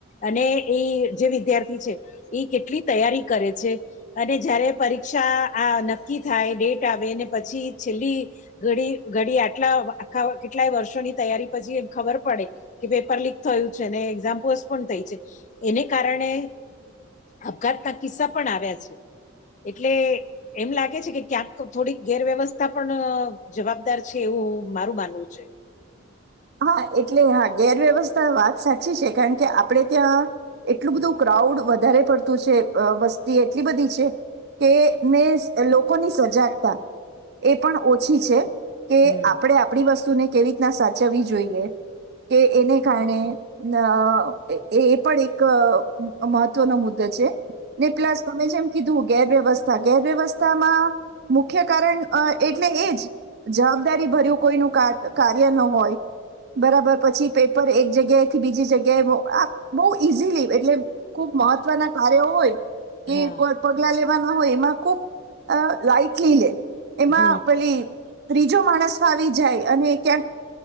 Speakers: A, on the left; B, on the right.
A: અને એ જે વિદ્યાર્થી છે એ કેટલી તૈયારી કરે છે અને જયારે પરીક્ષા આ નક્કી થાય ડેટ આવેને પછી છેલ્લી ઘડી ઘડી આટલા આખા કેટલાય વર્ષોની તૈયારી પછી એમ ખબર પડે કે પેપર લીક થ એઝામ્પ થઈ છે એને કારણે આપઘાત ના કિસ્સા પણ આવ્યા છે એટલે એમ લાગે છે કે ક્યાંક થોડીક ગેરવ્યવસ્થા પણ જવાબદાર છે એવું ઓ મારું માનવું છે.
B: હા એટલે હા ગેરવ્યવસ્થા વાત સાચી છે, કારણ કે આપડે ત્યાં એટલું બધું કરાઉડ વધારે પડતું છે, અ વસ્તી એટલી બધી છે. કે ને લોકોની સજાગતા એ પણ ઓછી છે. કે
A: હમ
B: આપણેે આપણી વસ્તુને કેવી રીતના સાચવવી જોઈએ કે એને કારણે અ એ પણ એક મહત્વનો મુદ્દો છે, ને પ્લસ તમે જેમ કીધું ગેરવ્યવસ્થા ગેરવ્યવસ્થામાં મુખ્ય કારણ અ એટલે એજ જવાબદારી ભર્યું કોઈનું કા કાર્ય ન હોય. બરાબર પછી પેપર એક જગ્યાએથી બીજી જગ્યાએ આ બહુ ઈઝીલી એટલે ખુબ મહત્વના કાર્યો હોય કે
A: હા
B: કો પગલા લેવાના હોય એમાં ખુબ અ લાાઈટલીલે એમાં
A: હમ
B: પેલી ત્રીજો માણસ આવી જાય અને ક્યાંક